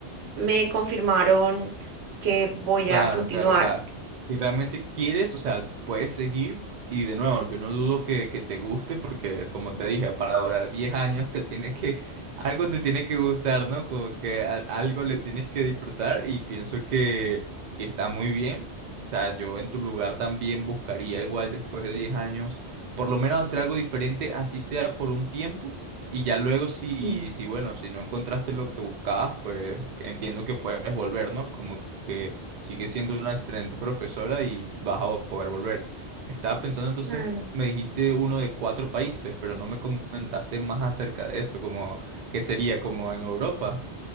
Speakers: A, on the right; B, on the right.
A: me confirmaron que voy
B: Claro,
A: a continuar.
B: claro, o sea, si realmente quieres, o sea, puedes seguir y de nuevo, yo no dudo que, que te guste porque como te dije, para durar 10 años te tiene que, algo te tiene que gustar, ¿no? Como que a- algo le tienes que disfrutar y pienso que, que está muy bien. O sea, yo en tu lugar también buscaría igual después de 10 años, por lo menos hacer algo diferente, así sea por un tiempo. Y ya luego si,
A: Sí,
B: si bueno, si no encontraste lo que buscabas, pues entiendo que puedes volver, ¿no? Como que Sigue siendo una excelente profesora y vas a poder volver. Estaba pensando entonces,
A: claro.
B: me dijiste uno de cuatro países, pero no me comentaste más acerca de eso, como que sería como en Europa.